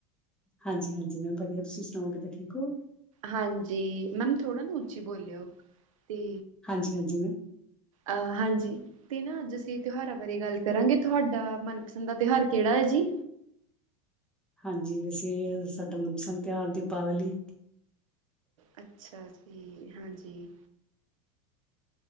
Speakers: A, in the centre; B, on the right (about 85°).
A: ਹਾਂਜੀ ਹਾਂਜੀ ਮੈਮ ਵਧੀਆ ਤੁਸੀਂ ਸੁਣਾਓਗੇ ਤਾਂ ਠੀਕ ਹੋ
B: ਹਾਂਜੀ ਮੈਮ ਥੋੜ੍ਹਾ ਨਾ ਉੱਚੀ ਬੋਲਿਓ ਅਤੇ
A: ਹਾਂਜੀ ਹਾਂਜੀ
B: ਅ ਹਾਂਜੀ ਤੇ ਨਾ ਅੱਜ ਅਸੀਂ, ਤਿਉਹਾਰਾਂ ਬਾਰੇ ਗੱਲ ਕਰਾਂਗੇ। ਤੁਹਾਡਾ ਮਨਪਸੰਦ ਦਾ ਤਿਉਹਾਰ ਕਿਹੜਾ ਹੈ ਜੀ?
A: ਹਾਂਜੀ, ਵੈਸੇ ਸਾਡਾ ਮਨ ਪਸੰਦ ਤਿਉਹਾਰ ਦੀਪਾਵਲੀ।
B: ਅੱਛਾ ਜੀ, ਹਾਂਜੀ।